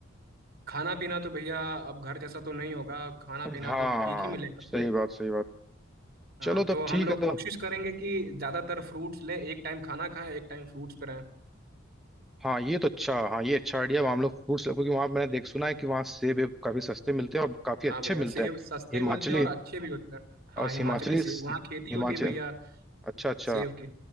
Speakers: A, on the right; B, in the centre.
A: खाना पीना तो भैया अब घर जैसा तो नहीं होगा खाना पीना
B: हाँ
A: तो ठीक ही मिलेगा
B: सही बात सही बात
A: हाँ
B: चलो
A: तो
B: तब
A: हम
B: ठीक
A: लोग
B: है तो
A: कोशिश करेंगे कि ज्यादातर फ्रूट्स लें एक टाइम खाना खाएं एक टाइम फ्रूट्स पे रहें
B: हाँ ये तो अच्छा हाँ ये अच्छा आइडिया वहाँ हम लोग फ्रूट्स क्योंकि वहाँ मैंने देख सुना है कि वहाँ सेब वेब काफी सस्ते मिलते हैं और काफी अच्छे
A: हाँ भैया
B: मिलते
A: सेब
B: हैं
A: सस्ते
B: हिमाचली
A: मिलते हैं और अच्छे भी होते हैं हाँ
B: और
A: हिमाचली
B: हिमाचली
A: सेब वहाँ खेती
B: हिमाचल
A: होती है भैया
B: अच्छा अच्छा
A: सेब की